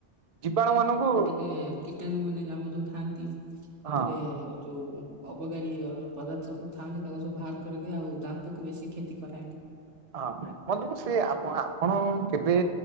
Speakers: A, on the right; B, on the right.
A: ଜୀବାଣୁ ମାନଙ୍କୁ
B: ଇଏ କୀଟାଣୁ ମାନେ ଆମ ଯଉ ଥାଆନ୍ତି ତା
A: ହଁ
B: ଦେହରେ ଯଉ ଅବକାରୀ ପଦାର୍ଥ ସବୁ ଥାଆନ୍ତି ତାକୁ ସବୁ ବାହାର କରିକି ଆଉ ଦାନ୍ତକୁ ବେଶୀ କ୍ଷତି କରାଏନି।
A: ହଁ ମତେ ସେ ଆପଣ- ଆପଣ କେବେ